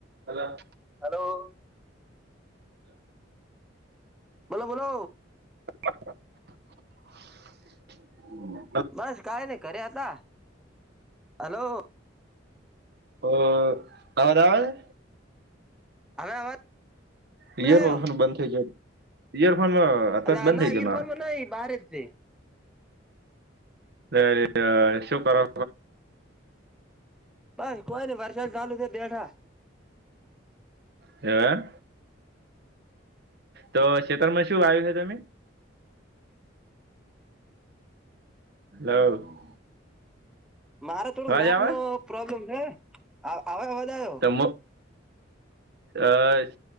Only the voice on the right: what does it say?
હલા
<unintelligible>
ઓ અવાજ આવે હે?
ઈયરો
ફોન બંધ થઈ જાય. ઈયરફોનમાં હતો
જ બંધ
થઈ
ગયો મારો
એ શું કરો?
એવ તો શેતારમાં શું વાયુ છે તમે હલોવ
અવાજ
આવે
મ અ